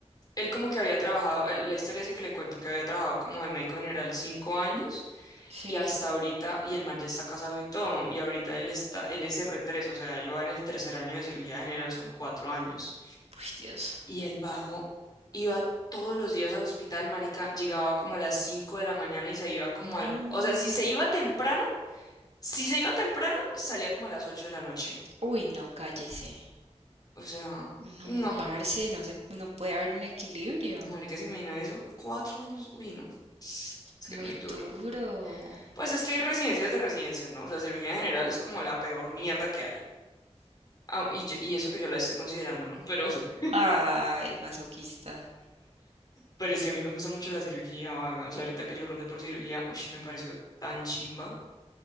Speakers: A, on the left (about 35°); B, on the right (about 65°).
A: él como que había trabajado, el- la historia sí que le cuento, que había trabajado como de médico general cinco años
B: Sí.
A: y hasta ahorita, y el man ya está casado y todo, y ahorita él está, él es R3, o sea, él va en el tercer año de cirugía general, son cuatro años.
B: Uy, Dios.
A: Y el vago iba todos los días al hospital, marica, llegaba como a las 5 de la mañana y se iba como al...
B: No.
A: O sea, si se iba temprano, si se iba temprano, salía como a las 8 de la noche.
B: Uy, no, cállese.
A: O sea,
B: No,
A: no,
B: parce, no se, no puede haber un equilibrio.
A: marica, se imagina eso. Cuatro años, uy, no. Es que
B: Muy
A: es muy duro.
B: duro.
A: Pues es que hay residencias de residencias, ¿no? O sea, cirugía general es como la peor mierda que hay. Ah, y, yo- y eso que yo la estoy considerando, ¿no? Pero, <laughs>
B: Ay, masoquista.
A: pero es que a mí me gusta mucho la cirugía vaga. O sea, ahorita que yo rodé por cirugía, uy, me pareció tan chimba.